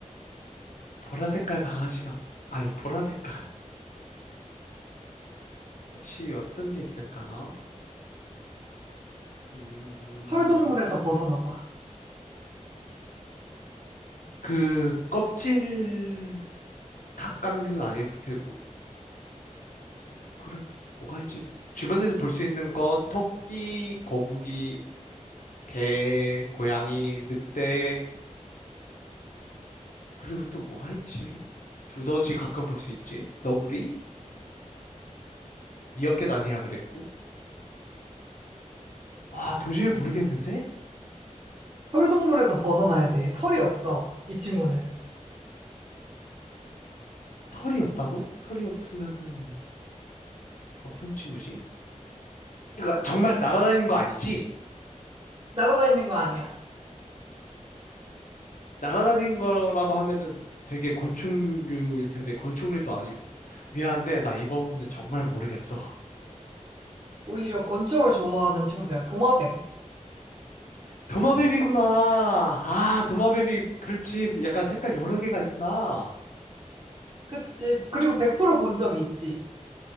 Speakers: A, on the left (about 85°); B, on the right (about 40°).
A: 보라 색깔 강아지가, 아니, 보라 색깔? 혹시 어떤 게 있을까? 음,
B: 털동물에서 벗어나봐.
A: 그, 껍질, 갑각류는 아닐 테고. 그럼 뭐가 있지? 주변에서 볼 수 있는 거, 토끼, 거북이, 개, 고양이, 늑대, 그리고 또 뭐가 있지? 두더지 가끔 볼 수 있지? 너구리? 미어캣 아니라 그랬고, 아, 도저히 모르겠는데?
B: 털동물에서 벗어나야 돼. 털이 없어. 이 친구는.
A: 털이 없다고? 털이 없으면은 어떤 친구지? 그러니까 정말 날아다니는 거 아니지?
B: 날아다니는 거 아니야.
A: 날아다닌 거라고 하면은 되게 곤충류일 텐데, 곤충류도 아니고. 미안한데, 나 이번 분들 정말 모르겠어.
B: 오히려 곤충을 좋아하는 친구들이야. 도마뱀.
A: 도마뱀이구나. 아, 도마뱀이, 그렇지. 약간 색깔 여러 개가 있구나.
B: 그치? 그리고 100%본 적이 있지.